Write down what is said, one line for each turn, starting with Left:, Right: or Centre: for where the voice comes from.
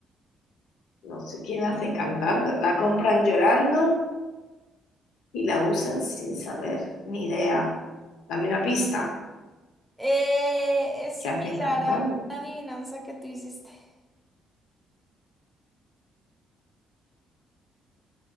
Left: No sé quién la hace cantando. La compran llorando y la usan sin saber. Ni idea. Dame una pista.
Centre: Eh, es similar
Left: ¿Qué hacen cantando?
Centre: a una adivinanza que tú hiciste. <laughs>